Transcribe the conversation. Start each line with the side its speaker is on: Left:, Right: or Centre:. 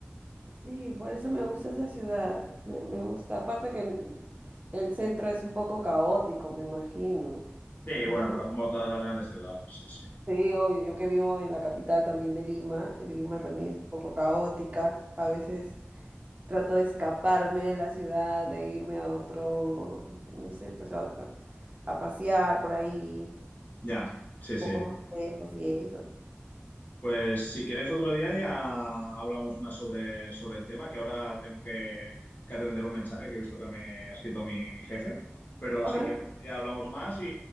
Right: Sí, por eso me gusta esa ciudad. Me, me gusta. Aparte que el centro es un poco caótico, me imagino,
Left: Sí,
Right: ¿no?
Left: bueno, pero como todas las grandes ciudades, sí, sí,
Right: Sí, obvio, yo que vivo en la capital también de Lima, en Lima
Left: claro.
Right: también es un poco caótica, a veces trato de escaparme de la ciudad, de irme a otro, no sé, pues a, a- a pasear por ahí,
Left: Ya, sí,
Right: un
Left: sí.
Right: poco más lejos y eso.
Left: Pues si quieres otro día ya hablamos más sobre, sobre el tema, que ahora tengo que, que atender un mensaje que he visto que me ha escrito mi, mi jefe. Pero
Right: Ok.
Left: si quieres ya hablamos más y,